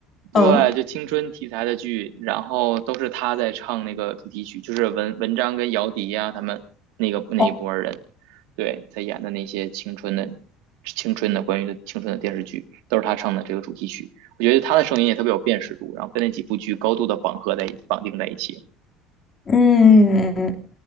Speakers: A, on the right; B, on the left.
A: 对，
B: 嗯，
A: 就青春题材的剧，然后都是他在唱那个主题曲，就是文文章跟姚笛呀、他们那个那一波人，
B: 哦
A: 对，在演的那些青春的青春的关于的青春的电视剧，都是他唱的这个主题曲。我觉得他的声音也特别有辨识度，然后跟那几部剧高度的绑合在绑定在一起。
B: 嗯，